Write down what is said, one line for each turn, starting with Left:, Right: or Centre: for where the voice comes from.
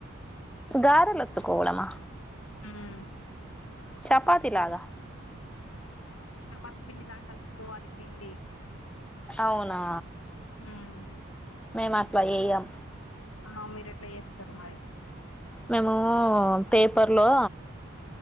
Centre: గారెలు ఒత్తుకోవాలా
Left: ఉమ్మ్
Centre: చపాతి లాగా
Left: చపాతి పిండి లాగా కలుపుకోవాలి పిండి
Centre: అవునా
Left: ఉమ్
Centre: మేము అట్లా చెయ్యం
Left: ఆ మీరు ఎట్లా చేస్తారు మరి
Centre: మేము పేపర్ లో